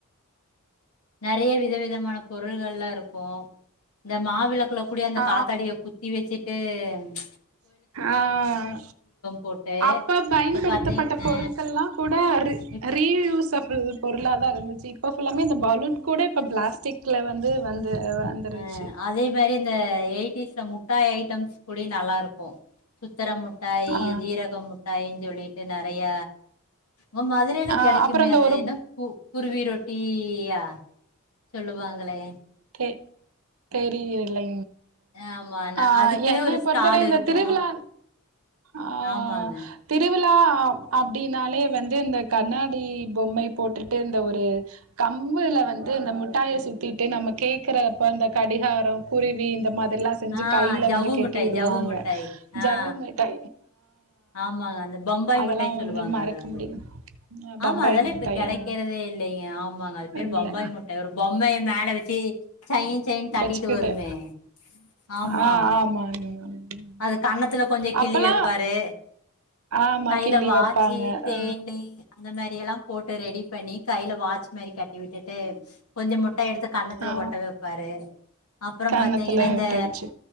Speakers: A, on the left (about 85°); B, on the right (about 70°).
A: நெறய வித விதமான பொருள்கள்லா இரு இருக்கு இந்த மாவிளக்கல கூட அந்த
B: ஆ
A: காத்தாடிய குத்தி வச்சுட்டு ஏ
B: ஆஹ
A: போட்டு
B: அப்ப பயன்படுத்தப்பட்ட
A: இப்ப பாத்தீங் அ
B: பொருட்கள்ல்லா கூடீ
A: இப்ப
B: ரிஸ்ப பொருளாத ஆரம்பிச்சு இப்போ ல்லாமே இந்த பாலுட கூட இப்ப பிளாஸ்டிக் வந்து வந்து வந்துருச்சு
A: அஹ அதே மாதிரி இந்த எட் முட்டாய ஐட்டம்ஸ் கூடி நல்லா இருக்கு சுத்திர மிட்டாய்
B: ஆ
A: ஜீரக மிட்டாயின்னு சொல்லிட்டு ந தைய உங் மாதுரையேல
B: ஆ
A: கிடைக்குமே
B: அப்புறோ இந்த
A: அதுன்னா
B: ஒரு
A: பூ குர்வி ரொட்டியா சொல்லுவாங்களே
B: தெ தெரியலை
A: ஆமா நா
B: ஆஹ்
A: அதுக்குன்னே
B: என்னை
A: ஒரு ஸ்டால்
B: பொறுத்தரை இந்த
A: இருக்கு
B: திருவிழா ஆஹ்
A: ஆமாங்க
B: திரு விழா அ அப்டின்னாலே வந்து இந்த கண்ணாடி பொம்மய போட்டுட்டு இந்த ஒரு கம்புல வந்து இந்த மிட்டாய சுத்திட்டு நமக் கேக்குறப்ப இந்த கடிகாரொ குருவி இந்த மாதிரி எல்லா செஞ்சு
A: ஆ
B: கைல
A: ஜவ்வு
B: வந்து கெட்டி
A: முட்டாய்
B: விடுவாங்க
A: ஜவ்வு முட்டாய்
B: ஜவ்வு
A: ஆ
B: மிட்டை
A: ஆமாங்க அந்த பொம்பாய்
B: அதெல்லா
A: முட்டைன் சொல்லுவாங்க
B: வந்து மறக்க
A: அது வந்து
B: முடியு
A: ஆமா
B: பம்பாய்
A: அதல்லா
B: மிட்டாய்
A: இப்ப கெடைக்கிறதே
B: ஆ
A: இல்லங்க ஆமாங்க அது பேரு
B: இல்ல
A: பொம்பாய் முட்டை ஒரு பொம்மைய மேல வச்சு சைன் சைன் தட்டிட்டு
B: வச்சுக்கிட்டே
A: வருமே ஆமா
B: ஆ ஆமாங்க மேம்
A: அத கண்ணத்துல கொஞ்ச கிள்ளி
B: அப்பல்லா
A: வெப்பாரு
B: ஆமா
A: கையில
B: கிள்ளி
A: வாச்சி
B: வப்பாங்க
A: தேனி
B: ஆ
A: அந்த மேர் இயல்லா போட்டு ரெடி பண்ணி கைல வாச் மாரி கட்டி விட்டுட்டு கொஞ்ச முட் ட எடுத்து கண்ணத்துல
B: ஆ
A: ஒட்ட வெப்பாரு அப்புற
B: கன்னத்துல
A: பாத்தீங்கன்னா இந்த
B: விட்டு வச்சு